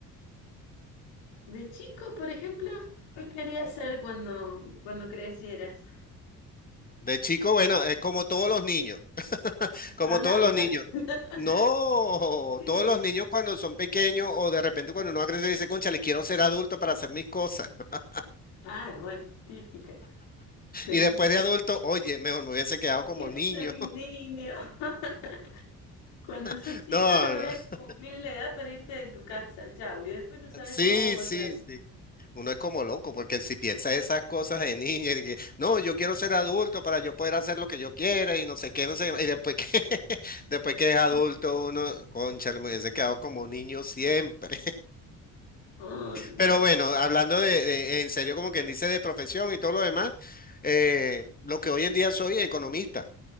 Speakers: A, on the left (about 70°); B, on the left (about 20°).
A: de chico, por ejemplo, ¿qué querías ser cuando, cuando crecieras?
B: De chico, bueno, es como todos los niños.
A: Astronauta.
B: Como todos los niños.
A: <laughs>
B: No,
A: Sigue.
B: todos los niños cuando son pequeños o de repente cuando uno crece dice, concha, le quiero ser adulto para hacer mis cosas. <laughs>
A: Ah, bueno, típica. <laughs>
B: Y después de adulto, oye, mejor me hubiese quedado como
A: Quiero
B: niño.
A: ser niño. <laughs> Cuando sos
B: <laughs>
A: chico
B: No,
A: no ves
B: no.
A: cumplir la edad para irte de tu casa, chau, y después no sabes
B: Sí,
A: cómo volver.
B: sí, sí. Uno es como loco porque si piensa esas cosas de niño, y que, no, yo quiero ser adulto para yo poder hacer lo que yo quiera y no sé qué, no sé qué. Y después que, <laughs> después que es adulto,
A: <laughs>
B: uno, concha, me hubiese quedado como niño siempre.
A: Ay, no.
B: Pero bueno, hablando de, de- en serio, como quien dice, de profesión y todo lo demás, eh, lo que hoy en día soy, economista.